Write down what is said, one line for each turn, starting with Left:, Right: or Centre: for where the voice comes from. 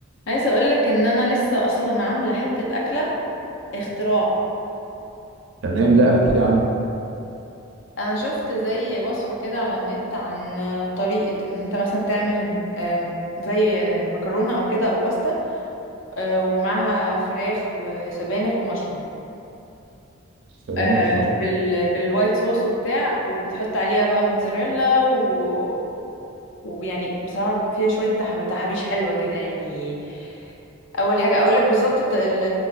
Left: عايزه اقول لك ان انا لسه اصلا عامله حته اكله اختراع
Right: تمام لا احكي لي عنه
Left: انا شفت زي وصفه كده على النت عن طريقه ان انت مثلا تعمل آم، زي مكرونه او كده او باستا آه، ومعاها فراخ وسبانخ ومشروم
Right: سبانخ
Left: آه،
Right: ومشروم
Left: بال بالوايت صوص وبتاع وبتحط عليها بقى موتزاريلا و ويعني بصراحه فيها شويه تح- تحابيش حلوه كده يعني اول حاجه اقول لك بالظبط الت- ال-